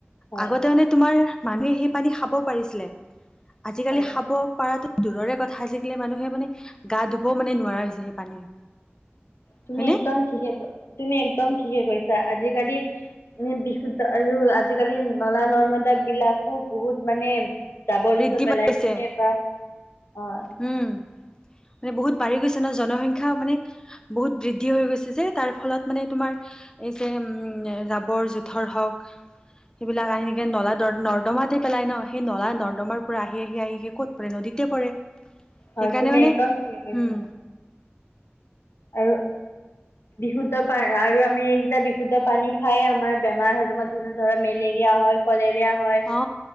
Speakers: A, on the left; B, on the left.
A: হয়
B: আগতে মানে তোমাৰ, মানুহে সেই পানী খাব পাৰিছিলে। আজিকালি
A: হয়
B: খাব পাৰাটো দূৰৰে কথা আজিকালি মানুহে মানে গা ধুবও মানে নোৱাৰা হৈছে সেই পানীৰ।
A: তুমি
B: হয়নে
A: একদম ঠিকেই, তুমি একদম ঠিকেই কৈছা। আজিকালি পানী বিশুদ্ধ আৰু আজিকালি নলা-নৰ্মদা বিলাকো বহুত মানে যাবৰ-জোথৰ
B: বৃদ্ধি
A: পেলাই
B: পাইছে
A: কিনে বা অ
B: উম মানে বহুত বাঢ়ি গৈছে ন, জনসংখ্যা মানে বহুত বৃদ্ধি হৈ গৈছে যে, তাৰফলত মানে তোমাৰ এই যে উম, জাবৰ-জোথৰ হওঁক সেইবিলাক আনি সেনেকে নলা-নৰ্দমাতে পেলাই ন, সেই নলা-নৰ নৰ্দমাৰ পৰা আহি-আহি-আহি-আহি ক'ত পৰে? নদীতে পৰে।
A: হয়,
B: সেইকাৰণে
A: তুমি
B: মানে
A: একদম ঠিকেই কৈছা।
B: উম
A: আৰু বিশুদ্ধ পা আৰু আমি এইকেইটা বিশুদ্ধ পানী খাইয়েই আমাৰ বেমাৰ হয়। তোমাৰ ধৰ ধৰা মেলেৰিয়া হয়। কলেৰিয়া হয়,
B: অ